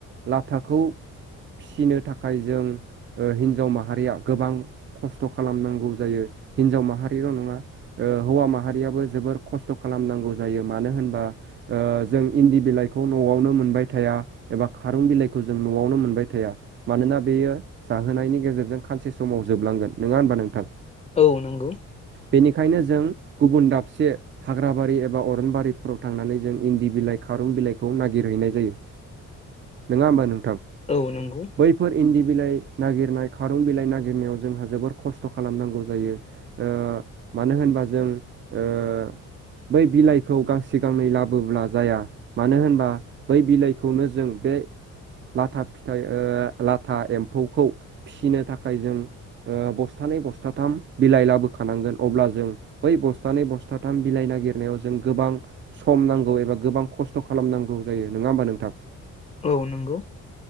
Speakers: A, on the right (about 40°); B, on the left (about 20°).
A: लाथाखौ फिनो थाखाय जों ओ हिन्जाव माहारिया गोबां खस्थ' खालामनांगौ जायो हिन्जाव माहारिल' नङा हौवा माहारियाबो जोबोर खस्थ' खालामनांगौ जायो मानो होनबा जों इन्दि बिलाइखौ न'आवनो मोनबाय थाया एबा खारं बिलाइखौ जों न'आवनो मोनबाय थाया थाया मानोना बेयो जाहोनायनि गेजेरजों खानसे समाव जोबलांगोन नङा होनबा नोंथां
B: औ नंगौ
A: बेनिखायनो जों गुबुन दाबसे हाग्राबारि एबा अरनबारिफोराव थांनानै जों इन्दि बिलाइ खारुं बिलाइखौ नागिरहैनाय जायो। नोङा होमबा नोंथां
B: औ नोंगौ
A: बैफोर इन्दि बिलाइ नागिरनाय खारं बिलाइ नागिरनायाव जोंहा जोबोर खस्थ' खालामनांगौ जायो। ओ मानो होनबा जों ओ बै बिलाइखौ गांसे गांनै लाबोब्ला जाया। मानो होनबा बै बिलाइखौनो जों बे लाथा थाखाय ओ लाथा एम्फौखौ फिनो थाखाय जों ओ बस्थानै बस्थाथाम बिलाइ लाबोखानांगोन अब्ला जों बै बस्थानै बस्थाथाम बिलाइ नागिरनायाव जों गोबां सम नांगौ एबा गोबां खस्थ' खालामनांगौ जायो नङा होमबा नोंथां
B: औ नोंगौ